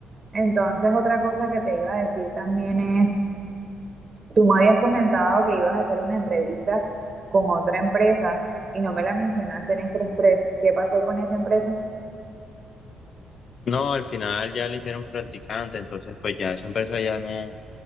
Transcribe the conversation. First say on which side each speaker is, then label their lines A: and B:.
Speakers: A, on the right; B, on the left.
A: Entonces, otra cosa que te iba a decir también es, tú me habías comentado que ibas a hacer una entrevista con otra empresa y no me la mencionaste en estrés 3. ¿Qué pasó con esa empresa?
B: No, al final ya eligieron practicante, entonces pues ya esa empresa ya no,